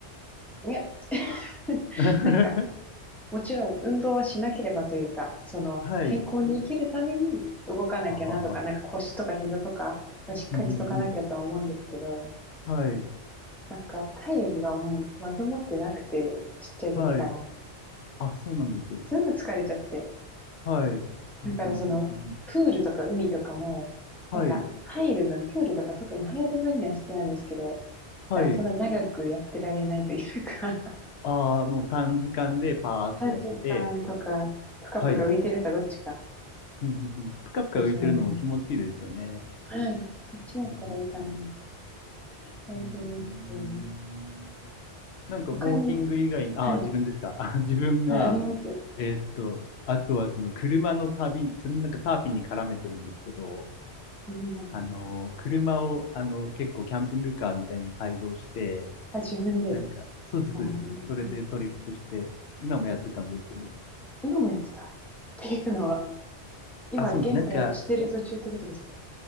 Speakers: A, in the centre; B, on the left.
A: いや、<laughs>
B: <laughs>
A: なんか、もちろん運動はしなければというか、その、
B: はい。
A: 健康に生きるために動かなきゃなとか、
B: あはは。
A: なんか腰とか膝とかはしっかりしとかなきゃとは思うんですけど、
B: うんうんうんはい。
A: なんか体力がもうまずもってなくて、ちっちゃい時から、
B: はい。あ、そうなんです。
A: すぐ疲れちゃって、
B: はい。うんうんうんうん
A: だからその、プールとか海とかも、
B: はい。
A: なんか入る分、プールとか特に入る分には好きなんですけど、
B: はい。
A: だからそんな長くやってられないというか、
B: ああ、もう短時間でパーっとやって、
A: <laughs> 短時間とか、ぷかぷか浮いてるかどっちか
B: はい。うんうんうんぷかぷか浮いてるのも気持ちいいですよね。
A: ですね。はい。そっちだったらいいかな。
B: うんうんうん
A: 本当なんですよね。
B: うーんなんか、
A: 他に、
B: ウォーキング以外に、あ、
A: はい、
B: 自分ですか。<laughs> あ、自分が、
A: はい、あります。
B: えーっと、あとはその車の旅、それもなんかサーフィンに絡めてるんですけど、
A: うん、
B: あの、車を、あの、結構キャンピングカーみたいに改造して、
A: あ、自分で。
B: なんか、そうです、
A: うん、
B: そうです。それでトリップして、今もやってたんですけど。
A: 今もやってたっていうのは、今現在もしてる途中ってことですか
B: あ、そうです。なんか、